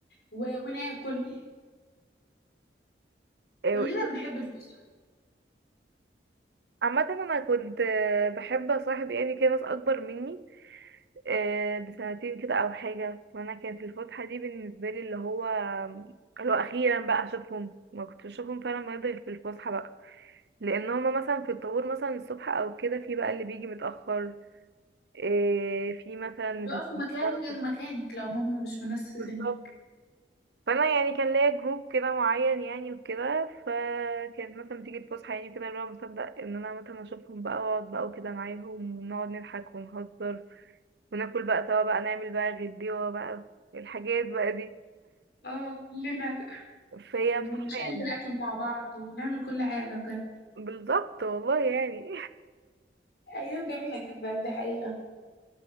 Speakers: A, on the left; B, on the right.
A: و... وناكل
B: آه،
A: كلنا بنحب الفسحة
B: عامة انا كنت آه، بحب اصاحب يعني كده ناس اكبر مني آه، بسنتين كده او حاجه وانا كانت الفتحه دي بالنسبه لي اللي هو اللي هو اخيرا بقى اشوفهم ما كنتش اشوفهم فعلا بجد غير في الفسحه بقى لان هما مثلا في الطابور مثلا الصبح او كده في بقى اللي بيجي متاخر آه، في مثلا
A: وبيقفوا
B: اللي بيتأخر
A: مكان غير مكانك لو هم مش من نفس سنك
B: بالظبط فانا يعني كان ليا جروب كده معين يعني وكده فكانت مثلا بتيجي الفسحه يعني كده اللي هو بصدق ان انا مثلا اشوفهم بقى واقعد بقى وكده معاهم ونقعد نضحك ونهزر وناكل بقى سوا بقى نعمل بقى غديوه بقى الحاجات بقى دي
A: اه كلنا
B: فهي
A: ونشارك
B: بصراحة يعني
A: الأكل مع بعض ونعمل كل حاجة بجد
B: بالظبط والله يعني
A: ايام جميله جدا دي حقيقه